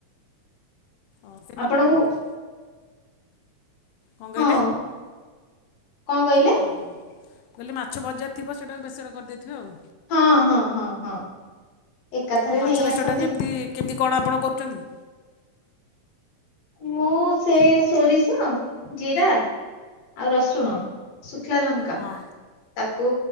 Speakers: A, on the left; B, on the left.
A: ଓ ସେ ମାଛ
B: ଆପଣଙ୍କୁ
A: କଣ କଣ କହିଲେ?
B: ହଁ କଣ କହିଲେ
A: ହଁ। ମୁଁ କହିଲି ମାଛ ଭଜା ଥିବ ସେଇଟାକୁ ବେସର କରିଦେଇଥିବେ ଆଉ।
B: ହଁ, ହଁ, ହଁ, ହଁ। ଏକାଥରେ
A: ଆଉ ମାଛ
B: ନେଇ
A: ବେସରଟା
B: ଆସନ୍ତି।
A: କେମିତି କେମିତି କଣ ଆପଣ କରୁଛନ୍ତି?
B: ମୁଁ ସେ ସୋରିଷ, ଜିରା ଆଉ ରସୁଣ, ଶୁଖିଲା ଲଙ୍କା
A: ହଁ
B: ତାକୁ